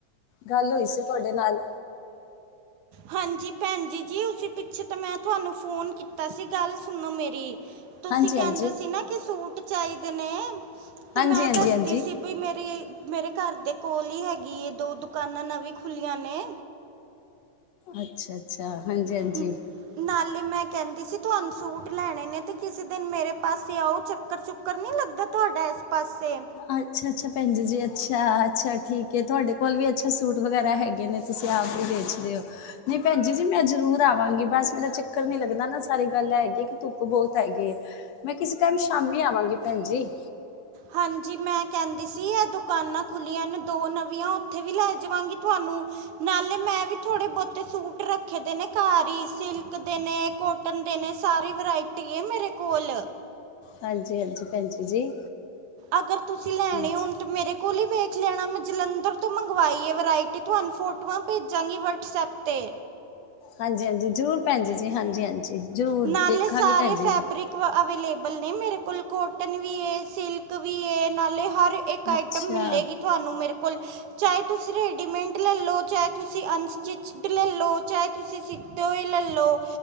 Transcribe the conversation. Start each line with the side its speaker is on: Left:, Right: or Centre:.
Left: ਗੱਲ ਹੋਈ ਸੀ ਤੁਹਾਡੇ ਨਾਲ
Right: ਹਾਂਜੀ ਭੈਣ ਜੀ, ਜੀ ਉਸੀ ਪਿੱਛੇ ਤਾਂ ਮੈਂ ਤੁਹਾਨੂੰ ਫੋਨ ਕੀਤਾ ਸੀ ਗੱਲ ਸੁਣੋ ਮੇਰੀ। ਤੁਸੀਂ
Left: ਹਾਂਜੀ
Right: ਕਹਿੰਦੇ
Left: ਹਾਂਜੀ
Right: ਸੀ ਨਾ ਕਿ ਸੂਟ ਚਾਹੀਦੇ ਨੇ ਤੇ
Left: ਹਾਂਜੀ
Right: ਮੈਂ
Left: ਹਾਂਜੀ
Right: ਦੱਸਦੀ
Left: ਹਾਂਜੀ
Right: ਸੀ ਬਈ ਮੇਰੀ ਮੇਰੇ ਘਰ ਦੇ ਕੋਲ ਹੀ ਹੈਗੀ ਏ, ਦੋ ਦੁਕਾਨਾਂ ਨਵੀਂ ਖੁੱਲੀਆਂ ਨੇ।
Left: ਅੱਛਾ। ਅੱਛਾ। ਹਾਂਜੀ, ਹਾਂਜੀ
Right: ਨ- ਨਾਲੇ ਮੈਂ ਕਹਿੰਦੀ ਸੀ ਤੁਹਾਨੂੰ ਸੂਟ ਲੈਣੇ ਨੇ ਤੇ, ਕਿਸੇ ਦਿਨ ਮੇਰੇ ਪਾਸੇ ਆਓ ਚੱਕਰ ਚੁੱਕਰ ਨੀ ਲੱਗਦਾ ਤੁਹਾਡਾ ਇਸ ਪਾਸੇ
Left: ਅੱਛਾ, ਅੱਛਾ ਭੈਣ ਜ ਜੀ ਅੱਛਾ, ਅੱਛਾ ਠੀਕ ਹੈ ਤੁਹਾਡੇ ਕੋਲ ਵੀ ਅੱਛਾ ਸੂਟ ਵਗੈਰਾ ਹੈਗੇ ਨੇ ਤੁਸੀਂ ਆਪ ਹੀ ਵੇਚਦੇ ਹੋ ਨਹੀਂ ਭੈਣ ਜੀ ਜੀ। ਮੈਂ ਜ਼ਰੂਰ ਆਵਾਂਗੀ ਬਸ ਮੇਰਾ ਚੱਕਰ ਨੀ ਲੱਗਦਾ ਨਾ। ਸਾਰੀ ਗੱਲ ਹੈਗੀ ਹੈ ਕਿ ਧੁੱਪ ਬਹੁਤ ਹੈਗੀ ਹੈ। ਮੈਂ ਕਿਸੇ ਟਾਈਮ ਸ਼ਾਮੀ ਆਵਾਂਗੀ ਭੈਣ ਜੀ।
Right: ਹਾਂਜੀ ਮੈਂ ਕਹਿੰਦੀ ਸੀ, ਇਹ ਦੁਕਾਨਾਂ ਖੁਲੀਆਂ ਨੇ ਦੋ ਨਵੀਆਂ ਓਥੇ ਵੀ ਲੈ ਜਾਵਾਂਗੀ ਤੁਹਾਨੂੰ ਨਾਲੇ ਮੈਂ ਵੀ ਥੋੜੇ ਬੋਤੇ ਸੂਟ ਰੱਖੇ ਦੇ ਨੇ ਘਰ ਹੀ ਸਿਲਕ ਦੇ ਨੇ ਕੋਟਨ ਦੇ ਨੇ ਸਾਰੀ ਵਰਾਇਟੀ ਆ ਮੇਰੇ ਕੋਲ
Left: ਹਾਂਜੀ, ਹਾਂਜੀ ਭੈਣਜੀ ਜੀ।
Right: ਅਗਰ ਤੁਸੀਂ ਲੈਣੇ
Left: ਹਾਂਜੀ,
Right: ਹੁਣ ਤੇ ਮੇਰੇ ਕੋਲ ਹੀ ਵੇਖ ਲੈਣਾ ਮੈਂ ਜਲੰਧਰ ਤੋਂ ਮੰਗਵਾਈ ਆ ਵਰਾਇਟੀ ਤੁਹਾਨੂੰ ਫੋਟੋਆਂ ਭੇਜਾਂਗੀ ਵਟਸਐਪ ਤੇ
Left: ਹਾਂਜੀ, ਹਾਂਜੀ ਜ਼ਰੂਰ ਭੈਣ ਜੀ ਹਾਂਜੀ, ਹਾਂਜੀ ਜ਼ਰੂਰ
Right: ਨਾਲੇ
Left: ਵੇਖਾਂਗੀ
Right: ਸਾਰੇ
Left: ਭੈਣ ਜੀ
Right: ਫੈਬਰਿਕ
Left: ਜੀ।
Right: ਵ ਅਵੇਲੇਬਲ ਨੇ ਮੇਰੇ ਕੋਲ ਕੋਟਨ ਵੀ ਹੈ ਸਿਲਕ ਵੀ ਹੈ ਨਾਲੇ ਹਰ ਇੱਕ ਆਈਟਮ
Left: ਅੱਛਾ,
Right: ਮਿਲੇਗੀ ਤੁਹਾਨੂੰ ਮੇਰੇ ਚਾਹੇ ਤੁਸੀਂ ਰੈਡੀਮੇਟ ਲੈ ਲਓ ਚਾਹੇ ਤੁਸੀਂ ਅਨਸਟਿਚਡ ਲੈ ਲਓ ਚਾਹੇ ਤੁਸੀਂ ਸਿੱਤੇ ਹੋਏ ਲੈ ਲਓ